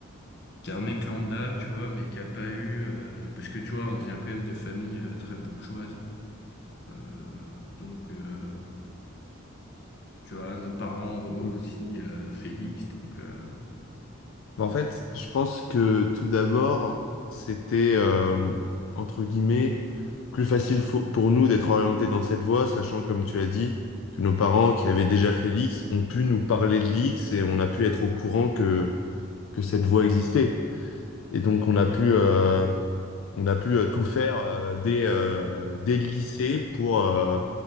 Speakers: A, on the left (about 50°); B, on the left (about 70°).
A: qu'un mec lambda, tu vois, mais qui a pas eu, euh, parce que tu vois, on vient quand même de familles euh, très bourgeoises. Euh, donc, euh, tu vois, nos parents ont
B: Mm.
A: aussi euh, Félix. Donc, euh,
B: En fait, je pense que tout d'abord, c'était euh, entre guillemets plus facile fo- pour nous d'être orientés dans cette voie, sachant, comme tu as dit, que nos parents qui avaient déjà fait l'X ont pu nous parler de l'X et on a pu être au courant que, que cette voie existait. Et donc, on a pu, euh, on a pu euh, tout faire euh, dès, euh, dès le lycée pour, euh,